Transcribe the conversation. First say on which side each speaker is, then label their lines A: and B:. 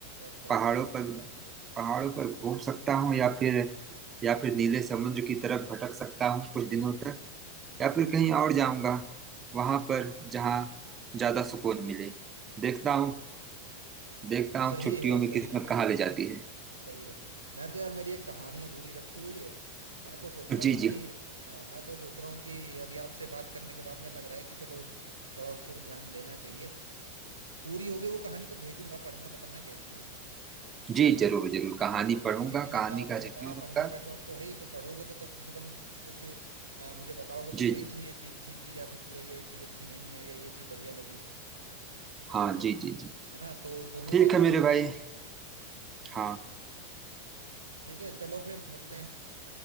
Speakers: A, on the right (about 75°); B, on the right (about 25°).
A: अच्छा अच्छा
B: पहाड़ों पर पहाड़ों पर घूम सकता हूँ या फिर या फिर नीले समुद्र की तरफ भटक सकता हूँ कुछ दिनों तक या फिर कहीं और जाऊंगा वहां पर जहाँ ज्यादा सुकून मिले देखता
A: चलो
B: हूँ देखता हूँ
A: सही
B: छुट्टियों
A: है
B: में
A: सही
B: किस्मत
A: है
B: कहाँ ले जाती है
A: सही है मैं तो यार मेरी एक कहानी अधूरी रखी हुई है मैं तो सोच रहा
B: जी
A: हूँ कि
B: जी
A: हाँ, मैं तो सोच रहा हूँ कि अभी आपसे बात करने के बाद में लग रहा है कि चलो थोड़ा उस पर ध्यान देना चाहिए पूरी होगी वो कहानी तो भेजूंगा पढ़ना बताना कैसी है
B: जी जरूर जरूर कहानी पढ़ूंगा
A: है, क्योंकि जैसे
B: कहानी
A: आपने
B: का
A: बताया
B: रिव्यू दूंगा
A: पढ़ने का शौक तो है ही तो पढ़ोगे तो कम से कम कुछ अ, मुझे बताओगे तो
B: जी
A: सही
B: जी
A: इसमें ये चीज ठीक की जा सकती है ये चीज अच्छी नहीं है या ये चीज बढ़िया लगी
B: हाँ जी जी जी
A: है ना तो दोनों
B: ठीक
A: का
B: है मेरे
A: काम होगा
B: भाई हाँ
A: ठीक है चलो फिर मिलते हैं